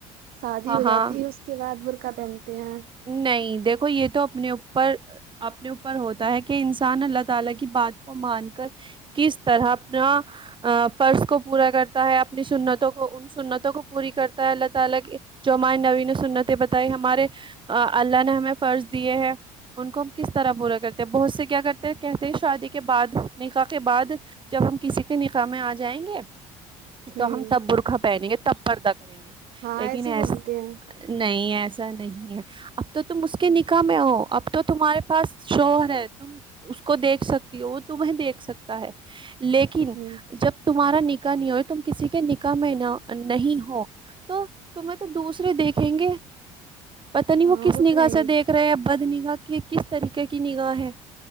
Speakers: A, on the right; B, on the right.
A: شادی
B: ہاں
A: ہو
B: ہاں
A: جاتی ہے اس اس کے بعد برقع پہنتے ہیں
B: نہیں دیکھو یہ تو اپنے اوپر اپنے اوپر ہوتا ہے کہ انسان اللہ تعالی کی بات کو مان کر کس طرح اپنا فرض ا کو پورا کرتا ہے اپنی سنتوں کو سنتوں کو پوری کرتا ہے اللہ تعالی کی جو ہمارے نبی نے سنتیں بتائی ہمارے اللہ نے ہمیں فرض دیے ہے ان کو ہم کس طرح پورا کرتے ہیں بہت سے کیا کرتے ہیں کہتے ہیں شادی کے بعد نکاح کے بعد جب ہم کسی کے نکاح میں آ جائیں گے
A: ہوں
B: تو ہم تب برقعہ پہنیں گے تب پردہ کریں گے
A: ہاں
B: لیکن
A: ایسے ہی
B: ایس
A: بولتے ہیں
B: نہیں ایسا نہیں ہے اب تو تم اس کے نکاح میں ہو اب تو تمہارے پاس شوہر ہے تم اس کو دیکھ سکتی ہو وہ تمیں دیکھ سکتا ہے لیکن
A: ہ
B: جب تمہارا نکاح نہیں ہو تم کسی کے نکاح میں نہ نہیں ہو تو تمہیں تو دوسرے دیکھیں گے پتا نہیں وہ
A: ہاں
B: کس نگاہ
A: تو ہے ہی
B: سے دیکھ رہے ہیں بد نگاہ کے کس طریقے کی نگاہ ہے